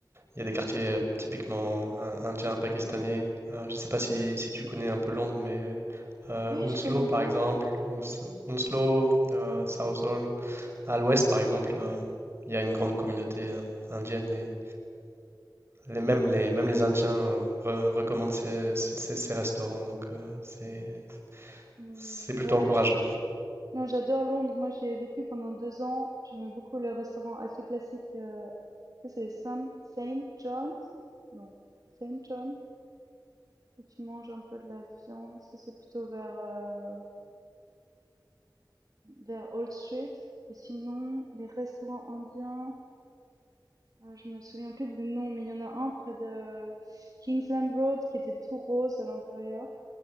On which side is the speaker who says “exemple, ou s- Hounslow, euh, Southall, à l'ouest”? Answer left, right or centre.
Right